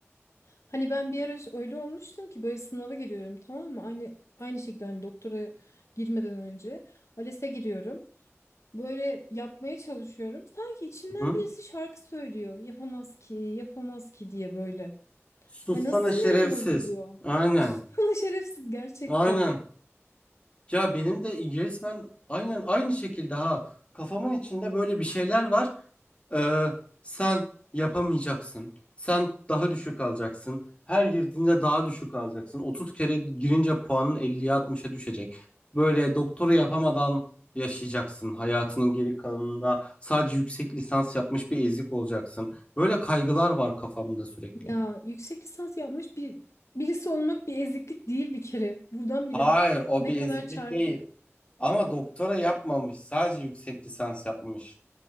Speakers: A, on the left; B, on the left.
A: Hani ben bir ara öyle olmuştum ki böyle sınava giriyorum tamam mı? Aynı aynı şekilde hani doktora girmeden önce ALES'e giriyorum. Böyle yapmaya çalışıyorum. Sanki içimden
B: Hı hı.
A: birisi şarkı söylüyor. Yapamaz ki, yapamaz ki diye böyle.
B: Sussana
A: Ay nasıl sinirim
B: şerefsiz.
A: bozuluyor.
B: Aynen.
A: Sussana şerefsiz gerçekten.
B: Aynen. Ya benim de resmen aynen aynı şekilde ha kafamın içinde böyle bir şeyler var. Ee, sen yapamayacaksın. Sen daha düşük alacaksın. Her girdiğinde daha düşük alacaksın. 30 kere girince puanın 50'ye altmış'a düşecek. Böyle doktora yapamadan yaşayacaksın. Hayatının geri kalanında sadece yüksek lisans yapmış bir ezik olacaksın. Böyle kaygılar var kafamda sürekli.
A: Ya yüksek lisans yapmış bir birisi olmak bir eziklik değil bir kere. Buradan bile
B: Hayır, o
A: ne
B: bir
A: kadar
B: eziklik
A: çarpık.
B: değil. Ama doktora yapmamış, sadece yüksek lisans yapmış.